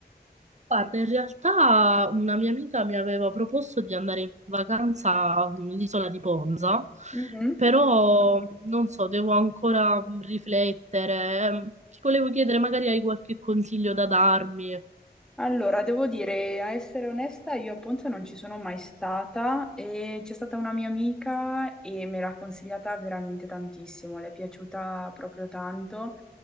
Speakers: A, on the right; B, in the centre.
A: Guarda, in realtà una mia amica mi aveva proposto di andare in vacanza all'isola di Ponza,
B: Mhm.
A: però non so, devo ancora riflettere. ehm, Ti volevo chiedere, magari hai qualche consiglio da darmi?
B: Allora, devo dire, a essere onesta, io a Ponza non ci sono mai stata e c'è stata una mia amica e me l'ha consigliata veramente tantissimo, le è piaciuta proprio tanto